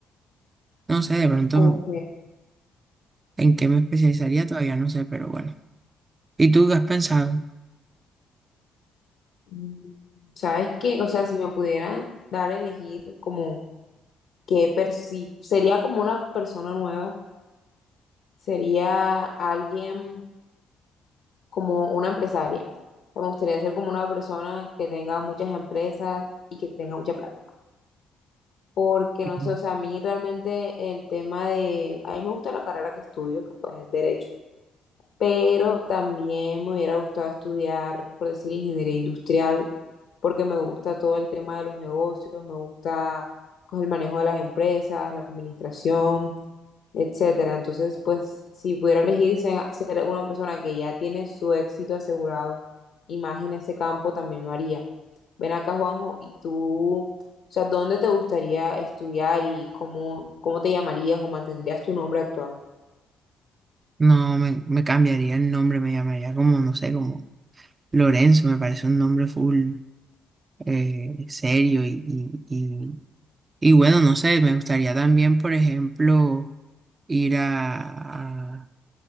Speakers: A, on the right; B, on the left.
A: No sé, de pronto
B: Ok.
A: en qué me especializaría todavía no sé, pero bueno. ¿Y tú qué has pensado?
B: Mm, ¿Sabes qué? O sea, si me pudieran dar a elegir como que perci- sería como una persona nueva, sería alguien como una empresaria. O sea, me gustaría ser como una persona que tenga muchas empresas y que tenga mucha plata. Porque
A: Ujú.
B: no sé, o sea, a mí realmente el tema de, a mí me gusta la carrera que estudio, que pues es derecho, pero también me hubiera gustado estudiar, por decir, ingeniería industrial, porque me gusta todo el tema de los negocios, me gusta pues, el manejo de las empresas, la administración etcétera. Entonces, pues, si pudiera elegir se- ser una persona que ya tiene su éxito asegurado y más en ese campo, también lo haría. Ven acá, Juanjo, y tú, o sea, ¿dónde te gustaría estudiar y cómo, cómo te llamarías o mantendrías tu nombre actual?
A: No, me, me cambiaría el nombre, me llamaría como, no sé, como Lorenzo, me parece un nombre full. eh, serio y, y, y- y bueno, no sé, me gustaría también, por ejemplo, ir a, a,